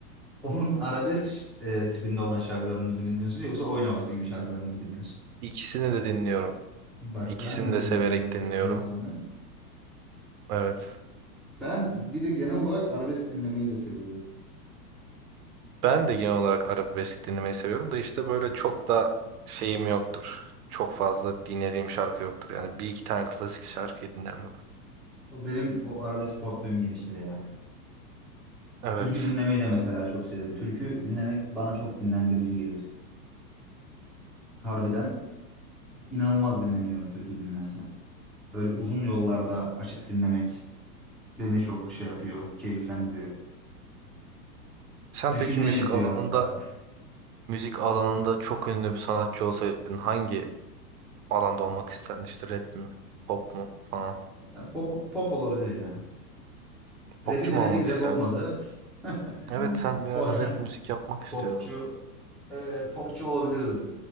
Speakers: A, in the centre; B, on the right (about 65°).
A: onun arabesk eee, tipinde olan şarkılarını mı dinliyorsun yoksa oyun havası gibi şarkılarını mı dinliyorsun?
B: İkisini de dinliyorum.
A: Bak
B: İkisini
A: ben de
B: de
A: seviyorum
B: severek
A: Ankara'nın
B: dinliyorum.
A: ağamı.
B: Evet.
A: Ben bir de genel olarak arabesk dinlemeyi de seviyorum.
B: Ben de genel olarak arabesk dinlemeyi seviyorum da işte böyle çok da şeyim yoktur. Çok fazla dinlediğim şarkı yoktur. Yani bir iki tane klasik şarkıyı dinlerim hep.
A: O benim o arabesk portföyüm geniştir ya.
B: Evet.
A: Türkü dinlemeyi de mesela çok severim. Türkü dinlemek bana çok dinlendirici gelir. Harbiden İnanılmaz dinleniyorum türkü dinlerken. Böyle uzun yollarda açıp dinlemek beni çok şey yapıyor, keyiflendiriyor.
B: Sen
A: Düşünmeye
B: peki müzik
A: yetiyor
B: alanında
A: hatta.
B: müzik alanında çok ünlü bir sanatçı olsaydın hangi alanda olmak isterdin? İşte rap mi? Pop mu falan?
A: Ya Pop, pop olabilir ya.
B: Popçu
A: Rap'i denedik,
B: mu olmak
A: rap
B: isterdin?
A: olmadı. <laughs>
B: Evet sen bir
A: Po-
B: ara rap müzik yapmak istiyordun.
A: Popçu, e, popçu olabilirdim.